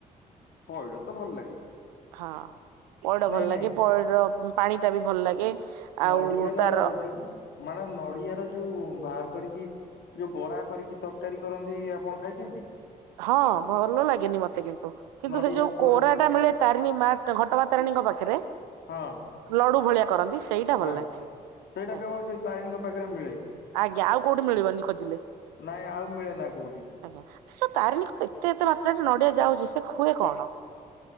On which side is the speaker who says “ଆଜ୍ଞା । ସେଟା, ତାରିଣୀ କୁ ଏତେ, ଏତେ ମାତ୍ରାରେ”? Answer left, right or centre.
Right